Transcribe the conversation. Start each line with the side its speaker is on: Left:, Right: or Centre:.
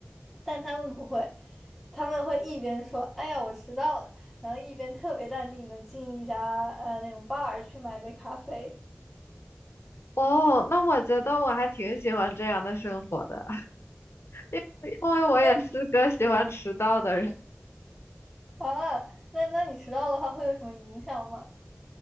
Centre: 但他们不会，他们会一边说“哎呀，我迟到了”，然后一边特别淡定的进一家呃那种 bar 去买杯咖啡。
Left: 哦，那我觉得我还挺喜欢这样的生活的，<laughs> 因为我也是个喜欢迟到的人。
Centre: 因为嗯啊，那那你迟到的话会有什么影响吗？